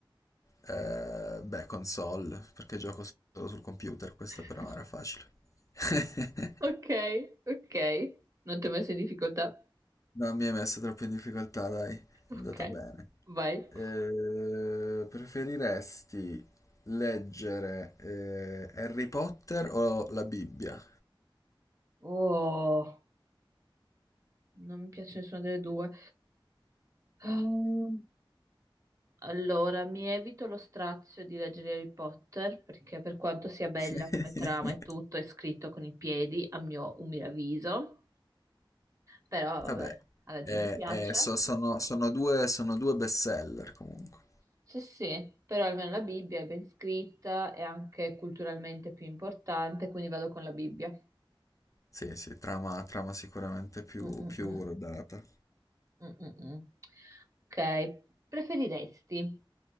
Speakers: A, on the left (about 40°); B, on the right (about 40°).
A: Eh, beh, console, perché gioco solo sul computer, questa
B: <laughs>
A: però era facile. <laughs>
B: Ok, ok. Non ti ho messo in difficoltà.
A: No, mi hai messo troppo in difficoltà, dai, è
B: Ok,
A: andata bene.
B: vai.
A: Eh, preferiresti leggere eh, Harry Potter o la Bibbia?
B: Oh, non mi piace nessuna delle due. Ehm, Allora, mi evito lo strazio di leggere Harry Potter perché per quanto sia bella
A: <laughs>
B: come trama e tutto, è scritto con i piedi, a mio umile avviso. Però vabbè,
A: Vabbè,
B: alla
A: eh,
B: gente piace.
A: eh, so- sono, sono due, sono due bestseller comunque.
B: Sì, sì, però almeno la Bibbia è ben scritta, è anche culturalmente più importante, quindi vado con la Bibbia.
A: Sì, sì, trama, trama sicuramente più,
B: Mm, mm,
A: più
B: mm.
A: rodata.
B: Mm, mm, mm. Ok, preferiresti